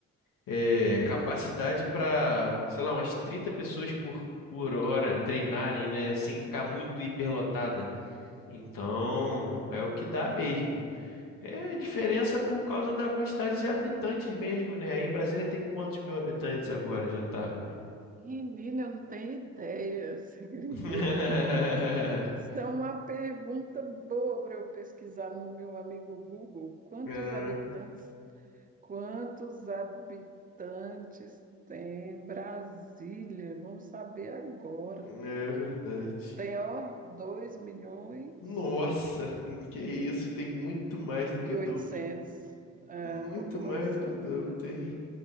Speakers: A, on the left (about 55°); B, on the right (about 20°).
A: é, capacidade para, sei lá, umas 30 pessoas por, por hora treinarem, né? Sem ficar muito hiperlotada. Então, é o que dá mesmo. É diferença por causa da quantidade de habitantes mesmo, né? Aí em Brasília tem quantos mil habitantes agora? Já tá.
B: Menina, eu não tenho ideia, você acredita?
A: <laughs>
B: <laughs> Isso é uma pergunta boa para eu pesquisar no meu amigo Google. Quantos
A: Ah,
B: habitantes Quantos habitantes tem Brasília? Vamos saber agora.
A: é verdade.
B: Tem, ó, dois milhões
A: Nossa, que isso, tem muito mais do que
B: e
A: o
B: oitocentos
A: dobro.
B: é,
A: Muito
B: a população
A: mais do que o dobro,
B: de Brasília.
A: tem.